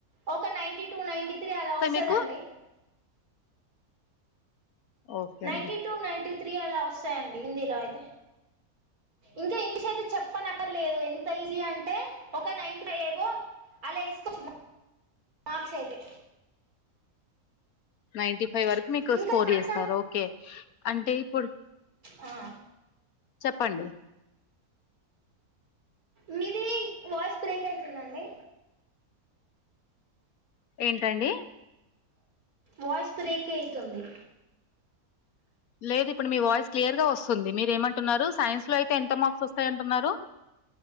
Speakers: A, on the right; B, on the left.
A: ఒక నైన్టీ టూ నైన్టీ త్రీ అలా వస్తుందండి
B: మీకు ఓకే
A: నైన్టీ
B: అండి
A: టూ నైన్టీ త్రీ అలా వస్తాయండీ హిందీ లో అయితే ఇంకా ఇంగ్లీష్ అయితే చెప్పనక్కర్ లేదు ఎంత ఈజీ అంటే ఒక నైన్టీ ఫైవ్ ఎబొవ్ అలా ఎస్కోవచ్చు మార్క్స్ అయితే
B: నైన్టీ ఫైవ్ వరకు మీకు
A: ఇంకా
B: స్కోర్
A: సైన్స్
B: చేస్తారు ఓకే అంటే ఇప్పుడు
A: ఆ
B: చెప్పండి
A: మీది వాయిష్ బ్రేక్ అవుతుందండి
B: ఏంటండి
A: వాయిస్ బ్రేక్ అయితుంది
B: లేదు ఇప్పుడు మీ వాయిస్ క్లియర్ గా వస్తు స్తుంది మీరేమంటున్నారు సైన్స్ లో అయితే ఎంత మార్క్స్ వస్తాయంటున్నారు